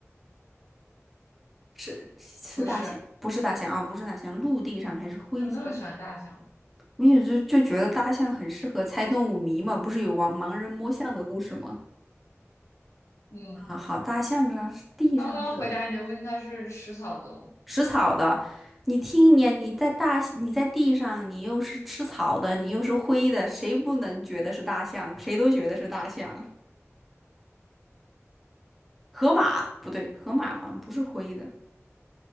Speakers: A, in the centre; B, on the left.
A: 是是大象，
B: 不是，
A: 不是大象啊，不是大象，陆地上还是灰色的。
B: 你怎么那么喜欢大象？
A: 没有就就觉得大象很适合猜动物谜嘛，不是有盲盲人摸象的故事吗？
B: 嗯，
A: 啊，好，大象上是地上是
B: 刚刚回答你的问题，它是食草动物，
A: 食草的，你听一年你在大你在地上，你又是吃草的，你又是灰的，谁不能觉得是大象？谁都觉得是大象。河马不对，河马好像不是灰的